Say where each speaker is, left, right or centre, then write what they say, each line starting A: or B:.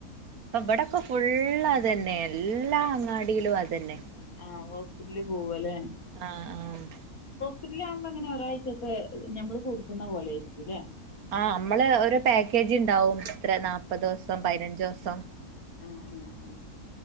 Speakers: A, on the right (about 75°); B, on the left (about 70°).
A: പ്പൊവിടക്ക ഫുള്ളതന്നെ എല്ലാ അങ്ങാടിയിലും അതന്നെ
B: ആ് ഹോസപിറ്റലില് പോവ അലെ
A: ആഹ് ആഹ്
B: തുല്ലാകുമ്പോ എങ്ങനെ ഒരാഴ്ചത്തെ ഞമ്മള് കൊടുക്കുന്ന പോലെ ആയിരിക്കുംല്ലേ
A: ആ മ്മള് ഒരു പാക്കേജ്ണ്ടാവും ഇത്ര നാല്പ്പതൂസം പയ്നഞ്ചൂസം
B: ആഹ് ആഹ് അ